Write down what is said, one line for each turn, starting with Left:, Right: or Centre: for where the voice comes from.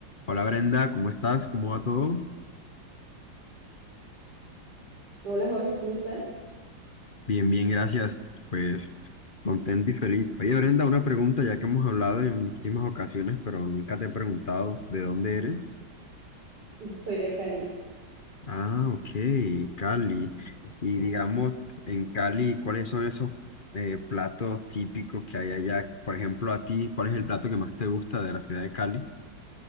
Left: Hola Brenda, ¿cómo estás? ¿Cómo va todo?
Right: Hola Jorge, ¿cómo estás?
Left: Bien, bien, gracias. Pues contento y feliz. Oye Brenda, una pregunta ya que hemos hablado en muchísimas ocasiones, pero nunca te he preguntado de dónde eres.
Right: Soy de Cali.
Left: Ah, ok, Cali. Y digamos, en Cali, ¿cuáles son esos eh, platos típicos que hay allá? Por ejemplo, a ti, ¿cuál es el plato que más te gusta de la ciudad de Cali?